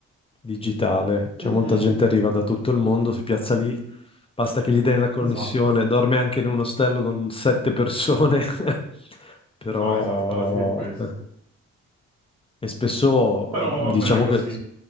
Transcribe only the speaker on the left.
digitale, cioè
molta gente arriva da tutto il mondo, si piazza lì, basta che gli dai la connessione,
dorme anche in un ostello con sette persone, <laughs> però...
eh, E spesso mh,
diciamo
che